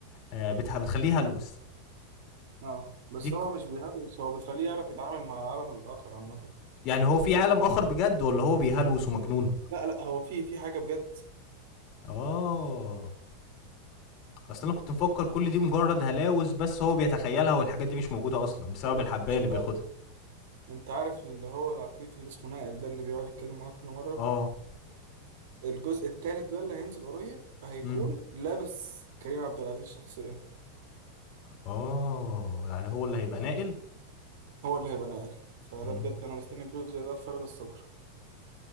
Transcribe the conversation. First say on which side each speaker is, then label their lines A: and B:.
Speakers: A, on the left; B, on the right.
A: آه، بتح- بتخليه هلوس
B: اه بس
A: دي
B: هو
A: ك-
B: مش بيهلوس هو بتخليه يعرف يتعامل مع العالم الاخر عامه
A: يعني هو في عالم اخر بجد ولا هو بيهلوس ومجنون
B: لا لا هو في في حاجه بجد
A: اه اصل انا كنت مفكر كل
B: لا
A: دي مجرد هلاوس بس هو بيتخيلها والحاجات دي مش موجوده اصلا بسبب
B: لا
A: الحبايه
B: مش
A: اللي
B: هلاوي
A: بياخدها
B: انت عارف اللي هو العفريت اللي اسمه نائل ده اللي بيقعد يتكلم معاك كل مره
A: اه
B: الجزء التالت بقى اللي هينزل قريب هيكون
A: امم
B: لابس كريم عبد العزيز شخصيا
A: اه يعني هو اللي هيبقى ناقل
B: هو اللي هيبقى ناقل فده
A: امم
B: بجد انا مستني الجزء ده بفارغ الصبر